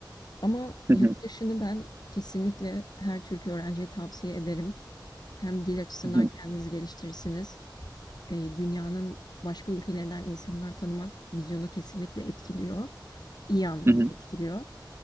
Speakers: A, on the left; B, on the right.
A: Ama
B: hı
A: yurt
B: hı, hı hı,
A: dışını ben kesinlikle her Türk öğrenciye tavsiye ederim. Hem dil açısından
B: hı hı,
A: kendinizi geliştirirsiniz. E, dünyanın başka ülkelerinden insanlar tanımak vizyonu kesinlikle etkiliyor. İyi anlamda
B: hı hı.
A: etkiliyor.